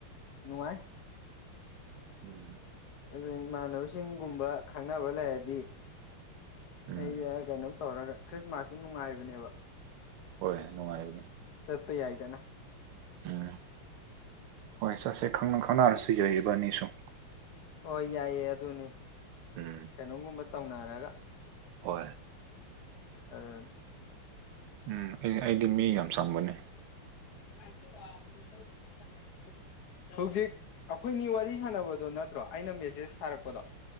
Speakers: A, on the left (about 55°); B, on the right (about 80°).
A: ꯅꯨꯡꯉꯥꯏ
B: ꯎꯝ
A: ꯑꯗꯨ ꯏꯃꯥꯟꯅꯕꯁꯤꯡꯒꯨꯝꯕ ꯈꯪꯅꯕ ꯂꯩꯔꯗꯤ
B: ꯎꯝ
A: ꯑꯩꯗꯤ ꯀꯩꯅꯣꯝ ꯇꯧꯔꯒ ꯈ꯭ꯔꯤꯁꯃꯥꯁꯁꯤ ꯅꯨꯡꯉꯥꯏꯕꯅꯦꯕ
B: ꯍꯣꯏꯣꯏ ꯅꯨꯡꯉꯥꯏꯕꯅꯤ
A: ꯆꯄ ꯌꯥꯏꯗꯅ
B: ꯎꯝ ꯍꯣꯏ ꯁꯥꯟꯁ ꯈꯪꯅ ꯈꯥꯡꯅꯔꯁꯤꯖꯩꯕ ꯅ ꯁꯨꯡ
A: ꯍꯣꯏ ꯌꯥꯏꯌꯦ ꯑꯗꯨꯅꯤ
B: ꯎꯝ
A: ꯀꯩꯅꯣꯝꯒꯨꯝꯕ ꯇꯧꯅꯔꯒ
B: ꯍꯣꯏ
A: ꯑ
B: ꯎꯝ ꯑꯩ ꯑꯩꯗꯤ ꯃꯤ ꯌꯥꯝ ꯆꯝꯕꯅꯤ
A: <inaudible> ꯍꯧꯖꯤꯛ ꯑꯩꯈꯣꯏꯅꯤ ꯋꯥꯔꯤ ꯁꯥꯟꯅꯕꯗꯣ ꯅꯠꯇ꯭ꯔꯣ ꯑꯩꯅ ꯃꯦꯁꯦꯖ ꯊꯥꯔꯛꯄꯗꯣ